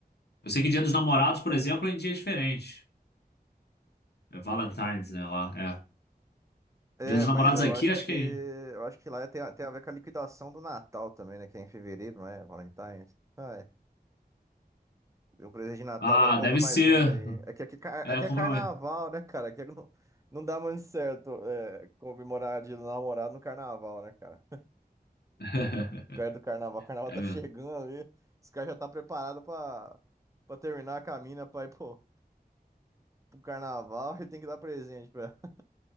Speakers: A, on the left; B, on the right.
A: Eu sei que Dia dos Namorados, por exemplo, é em dia diferente. É Valentine's, né? Lá, é.
B: É,
A: Dia dos
B: mas
A: Namorados
B: eu
A: aqui,
B: acho
A: acho
B: que
A: que.
B: eu acho que lá tem, a- tem a ver com a liquidação do Natal também, né? Que é em fevereiro, não é? Valentine's. Ah, é. Deu um presente de Natal,
A: Ah,
B: agora compra
A: deve
B: mais
A: ser.
B: um aí. Aqui, aqui, ca-
A: É,
B: aqui
A: comprometo.
B: é carnaval, né, cara? Aqui não, não dá muito certo é, comemorar de namorado no carnaval, né, cara?
A: <laughs>
B: <laughs> Perto do carnaval, o carnaval
A: É
B: tá
A: mesmo.
B: chegando ali. Os caras já tá preparado pra, pra terminar a caminha pra ir pro, pro carnaval e tem que dar presente pra ela.